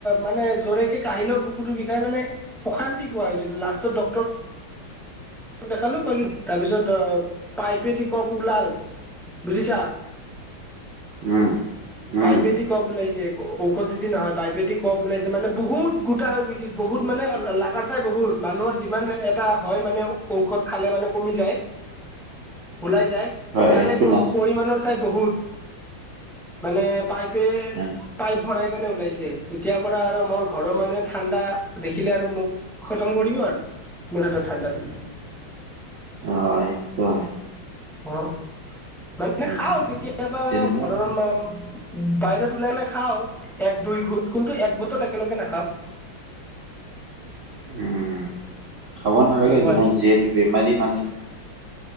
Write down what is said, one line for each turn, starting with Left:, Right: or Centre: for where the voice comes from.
Centre: মানে জোৰেকে কাহিলেও বুকুটো বিষাই মানে অশান্তি পোৱা হৈছিল লাষ্টত ড্ক্তৰ- দেখালো ক কি তাৰ পিছত অ পাইপেদি কফ ওলাল বুজিছা।
Right: উম। উম,
Centre: পাইপে দি কফ ওলাইছে ঔষধি দি নহয়। পাইপেদি কফ ওলাইছে মানে বহুত গোটা হৈ গৈছিল বহুত মানে লাগাৰ লাগাত চাই বহুত মানুহৰ যিমান এটা হয় মানে ঔষধ খালে মানে কমি যায়
Right: <unintelligible>
Centre: ওলাই যায়
Right: হয়
Centre: তাৰে
Right: সেইটো নাছিল
Centre: পৰিমাণৰ চাই বহুত। মানে পাইপে
Right: হয় নেকি?
Centre: পাইপ ভৰাই কেনে ওলাইছে। তেতিয়াৰ পৰা আৰু মোৰ ঘৰৰ মানুহে ঠাণ্ডা দেখিলে আৰু মোক খটম কৰিব আৰু মোৰা হাতত ঠাণ্ডা দেখিলে।
Right: অ' সেইটো হয়।
Centre: অ' মানে
Right: উম।
Centre: খাওঁ কেতিয়াবা
Right: তেনেকুৱা
Centre: ঘৰৰ মা বাহিৰত ওলালে খাওঁ এক দুই ঘোট কিন্তু এক বটল একেলগে নাখাওঁ।
Right: উম খাব
Centre: তেনেকুৱাই
Right: নালাগে যিহেতু বেমাৰী মানুহ।